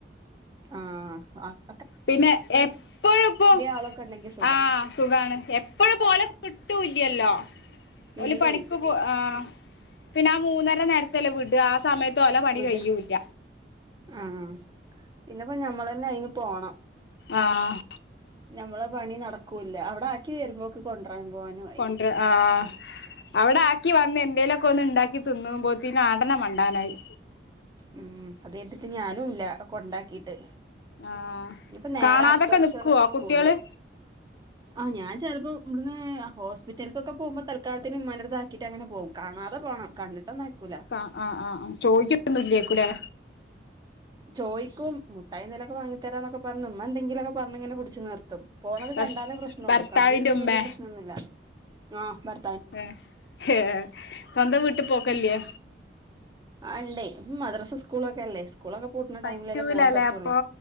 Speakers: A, on the right (about 25°); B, on the left (about 70°).
A: ആഹ് അ
B: പിന്നെ എപ്പഴുപ്പോ
A: ആളൊക്കെ ഉണ്ടെങ്കി സുഖാ
B: ആഹ് സുഖാണ് എപ്പഴുംപ്പൊ ഓലെ കിട്ടൂല്ല്യല്ലോ? ഓല്
A: ഇല്ലേ
B: പണിക്ക് പോ ആഹ്. പിന്നെ ആ മൂന്നര നേരത്തെല്ലേ വിടാ ആഹ് സമയത്ത് ഓലെ പണി
A: വിട
B: കയൂല്ല.
A: ആഹ് പിന്നെപ്പോ ഞമ്മളന്നെ അയിന് പോണം.
B: ആഹ്.
A: ഞമ്മളെ പണി നടക്കൂല്ല അവടാക്കി വരുമ്പോക്ക് കൊണ്ടരാൻ പോവാനുവായി.
B: കൊണ്ട്ര ആഹ്. അവടാക്കി വന്ന് എന്തേലൊക്കൊന്ന് ഇണ്ടാക്കി തിന്നുമ്പോത്തിന് ആട്ടന്നെ മണ്ടാനായി.
A: ഉം അത് കര്തിട്ട് ഞാനുല്ല കൊണ്ടാക്കിട്ട്.
B: ആഹ്
A: ഇനിയിപ്പോ നേരെ
B: കാണാതൊക്കെ
A: അടുത്ത വർഷം
B: നിക്കുവോ
A: സ്കൂളില്
B: കുട്ട്യാള്?
A: ആഹ് ഞൻ ചെലപ്പോ ഇവടുന്ന് ആ ഹോസ്പിറ്റൽക്കൊക്കെ പോവുമ്പോ തൽക്കാലത്തിന് ഇമ്മാന്റെട്ത്താക്കീട്ടങ്ങനെ പോവും. കാണാതെ പോണം കണ്ടിട്ടൊന്നും അയക്കൂല.
B: ആഹ് ആഹ് ആഹ് ആഹ് ചോയിക്കൊന്നും ഇല്ലേക്കുലേ?
A: ചോയ്ക്കും മുട്ടായെന്തോലൊക്കെ വാങ്ങിത്തരാന്നൊക്കെ പറഞ് ഇമ്മന്തെങ്കിലൊക്കെ പ ർഞ്ഞിങ്ങനെ പിടിച്ചു നിർത്തും പോണത്
B: ഹസ്
A: കണ്ടാലേ പ്രശ്ണൊള്ളൂ
B: ഭർത്താവിന്റെ
A: കണ്ടില്ലെങ്കി
B: ഉമ്മേ
A: വല്യേ പ്രശ്നൊന്നുല്ല. ആഹ് ഭർ
B: ഏഹ് ഏഹ് സ്വന്തം വീട്ടി പോക്കല്ല്യെ?
A: അല്ലേ മദ്രസ സ്കൂളൊക്കെ അല്ലേ? സ്കൂളൊക്കെ പൂട്ടുന്ന
B: പറ്റൂലല്ലേ
A: ടൈമിലല്ലേ പോവാൻ പറ്റുള്ളൂ
B: അപ്പൊ